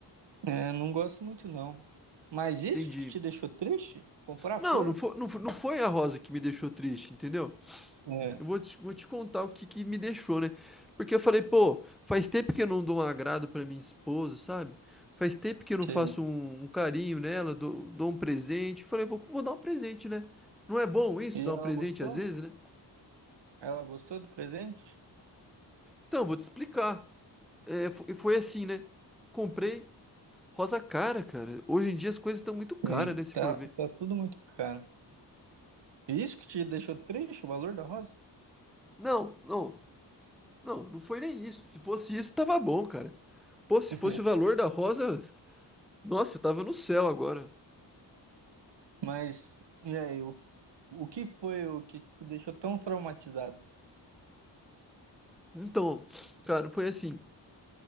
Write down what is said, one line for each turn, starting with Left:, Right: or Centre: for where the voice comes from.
Right: É, não gosto muito não. Mas isso
Centre: Entendi.
Right: que te deixou triste? Comprar
Centre: Não,
Right: flor?
Centre: não foi, não fo- não foi a rosa que me deixou triste, entendeu?
Right: É.
Centre: Eu vou te, vou te contar o que, que me deixou, né? Porque eu falei, pô, faz tempo que eu não dou um agrado pra minha esposa, sabe? Faz tempo que eu não
Right: Sim.
Centre: faço um, um carinho nela, dou, dou um presente. Falei, vou, vou dar um presente, né? Não é bom isso,
Right: E
Centre: dar
Right: ela
Centre: um presente
Right: gostou?
Centre: às vezes, né?
Right: Ela gostou do presente?
Centre: Então, vou te explicar. É, fo- e foi assim, né? Comprei rosa cara, cara. Hoje em dia as coisas estão muito caras,
Right: Sim.
Centre: né? Se
Right: Tá,
Centre: for ver.
Right: tá tudo muito caro. E Isso que te deixou triste, o valor da rosa?
Centre: Não, não, não, não foi nem isso. Se fosse isso, tava bom, cara. Pô, se
Right: <laughs>
Centre: fosse o valor da rosa, nossa, eu tava no céu agora.
Right: Mas, e aí, o, o que foi o que te deixou tão traumatizado
Centre: Então, cara, foi assim.